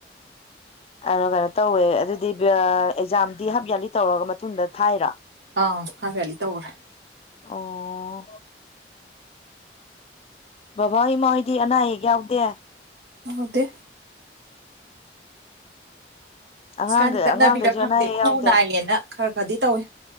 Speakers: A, on the left (about 35°); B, on the right (about 70°).
A: ꯑꯣ ꯀꯩꯅꯣ ꯇꯧꯋꯦ ꯑꯗꯨꯗꯤ ꯑꯦꯛꯖꯥꯝꯗꯤ ꯍꯥꯞ ꯏꯌꯥꯔꯂꯤ ꯇꯧꯔꯒ ꯃꯇꯨꯡꯗ ꯊꯥꯏꯔꯥ
B: ꯑꯥꯎ ꯍꯥꯞ ꯏꯌꯥꯔꯂꯤ ꯇꯧꯒꯔꯦ
A: ꯑꯣ ꯕꯕꯥ ꯏꯃꯥꯍꯣꯏꯗꯤ ꯑꯅꯥ ꯑꯌꯦꯛ ꯌꯥꯎꯗꯦ
B: ꯌꯥꯎꯗꯦ
A: ꯑꯉꯥꯡꯈꯩ
B: ꯁꯤꯀꯥꯟꯗꯤ ꯆꯠꯅꯕꯤꯔ
A: ꯑꯉꯥꯡꯈꯩꯁꯨ
B: ꯈꯪꯗꯦ
A: ꯑꯅꯥ ꯑꯌꯦꯛ
B: ꯈꯨꯎ
A: ꯌꯥꯎꯗꯦ
B: ꯅꯥꯏꯌꯦꯅ ꯈꯔ ꯈꯔꯗꯤ ꯇꯧꯋꯤ